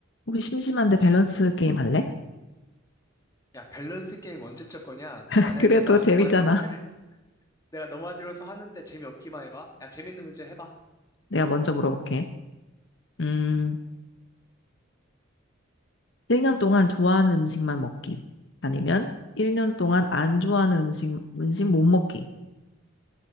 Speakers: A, on the left (about 60°); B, on the left (about 20°).
A: 우리 심심한데 밸런스 게임 할래?
B: 야, 밸런스 게임 언제 쳤 거냐?
A: <laughs>
B: 만약에
A: 그래도
B: 나
A: 재밌잖아.
B: 너 말 들어서 해- 내가 너 말 들어서 하는데 재미없기만 해봐. 야, 재밌는 문제 해봐.
A: 내가 먼저 물어볼게. 음, 1년 동안 좋아하는 음식만 먹기. 아니면 1년 동안 안 좋아하는 음식, 음식 못 먹기.